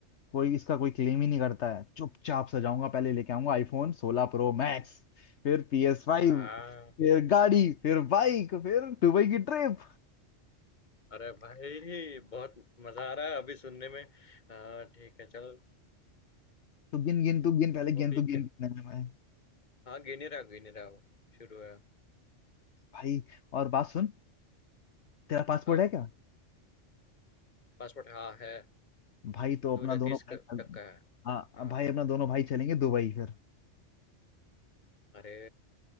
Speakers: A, on the left; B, on the left.
A: कोई इसका कोई क्लेम ही नहीं करता है चुपचाप सजाऊंगा पहले लेके आऊंगा आईफोन सोलह प्रो मैक्स फिर पी एस फाइव
B: हाँ
A: फिर गाड़ी फिर बाइक फिर दुबई की ट्रिप
B: अरे भाई बहुत मजा आ रहा है अभी सुनने में हाँ ठीक है चल
A: तू गिन गिन तू गिन पहले
B: तो
A: गिन
B: अभी
A: तू गिन
B: क्या
A: कितने में मैं
B: हाँ गिनी रहा गिनी रहा वो शुरू है
A: भाई और बात सुन तेरा पासपोर्ट
B: हाँ
A: है क्या
B: पासपोर्ट हाँ है
A: भाई तो
B: दो
A: अपना
B: हजार
A: दोनों
B: तीस
A: भाई
B: तक का है
A: हाँ
B: हाँ
A: भाई अपना दोनों भाई चलेंगे दुबई फिर
B: अरे